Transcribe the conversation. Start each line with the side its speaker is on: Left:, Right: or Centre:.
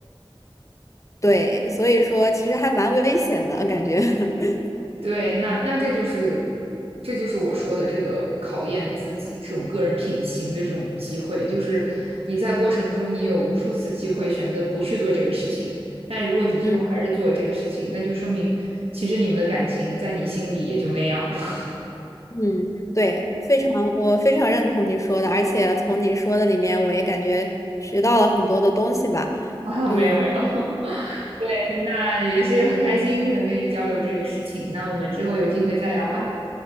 Left: 对，所以说其实还蛮危险的感觉。<laughs>
Right: 对，那那这就是这就是我说的这个考验自己这种个人品行的这种机会，就是你在过程中你有无数次机会选择不去做这个事情，但如果你最后还是做了这个事情，
Left: 嗯。
Right: 那就说明其实你们的感情在你心里也就那样。<laughs>
Left: 嗯，对，非常，我非常认同你说的，而且从你说的里面，我也感觉学到了很多的东西吧。
Right: 啊，
Left: 嗯
Right: 没有没有，<laughs> 那也是很开心能跟你交流这个事情，那我们之后有机会再聊吧，